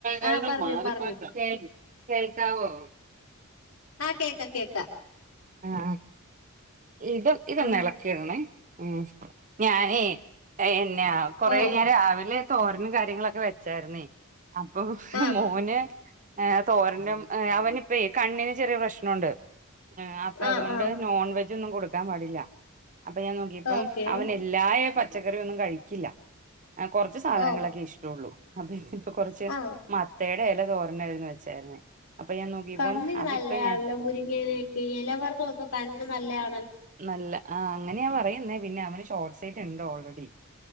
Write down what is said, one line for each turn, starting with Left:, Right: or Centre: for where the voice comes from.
Left: ആഹ്
Right: <inaudible>
Left: പറഞ്ഞോ
Right: മാറിപ്പോ
Left: പറഞ്ഞോ
Right: കേക്കാവോ
Left: ആഹ് കേക്ക കേക്ക
Right: ആഹ് ആഹ് ഇത് ഒക്കെതന്നെ
Left: ആഹ്
Right: ഇളക്കിയടണേ ഉം ഞാനെ എ- കൊറെ
Left: ഓ
Right: കഴിഞ്ഞാ രാവിലെ തോരനും കാര്യങ്ങളൊക്കെ വെച്ചാരുന്നേ അപ്പൊ
Left: ആഹ്
Right: മോന് ഏ തോരനും അവനി ഇപ്പ കണ്ണിന് ചെറിയ പ്രശ്നുണ്ട് ആ അപ്പൊ
Left: ആഹ്
Right: അതുകൊണ്ട്
Left: ആഹ്
Right: നോൺവെജ് ഇതൊന്നും കൊടുക്കാൻ പാടില്ല അപ്പൊ ഞാൻ നോക്കിയപ്പം
Left: ഓക്കേ
Right: അവനില്ലായ പച്ചക്കറി ഒന്നും കഴിക്കില്ല കുറച്ച് സാധനങ്ങളൊക്കെ
Left: ഓ
Right: ഇഷ്ടള്ളു അതെ പ്പോ കുറച്ച്
Left: ആഹ്
Right: മത്- തേട <inaudible> യല തോരണായിന്ന് വെച്ചായിരുന്നേ അപ്പൊ ഞാൻ നോക്കിയപ്പം
Left: കണ്ണിന്
Right: അതിപ്പ
Left: നല്ലയാണല്ലോ
Right: ഞാൻ
Left: മുരിങ്ങയില ഈ ഇലവർഗ്ഗോക്കെ കണ്ണ്ന് നല്ലയാ
Right: നല്ല ആ അങ്ങനെയാ പറയുന്നേ പിന്നെ അവന് ഷോർട്ട് സൈറ്റ് ഉണ്ട് ഓൾറെഡി